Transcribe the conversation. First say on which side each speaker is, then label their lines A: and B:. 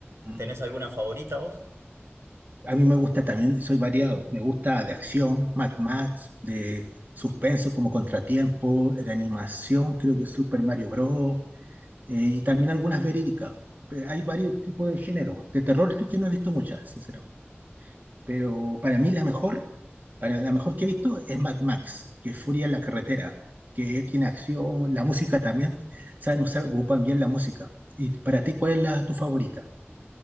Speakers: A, on the right (about 45°); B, on the right (about 80°).
A: Mm.
B: ¿Tenés alguna favorita vos?
A: A mí me gusta también, soy variado. Me gusta de acción, Mad Max, de suspenso como Contratiempo, de animación, creo que Super Mario Bros. eh, y también algunas verídicas. Pe- Hay varios tipos de género. De terror sí que no he visto muchas, sinceramente. Pero para mí la mejor, para la mejor que he visto es Mad Max, que es Furia en la carretera, que tiene acción, la música también. Saben usar, ocupan bien la música. Y para ti, ¿cuál es la, tu favorita?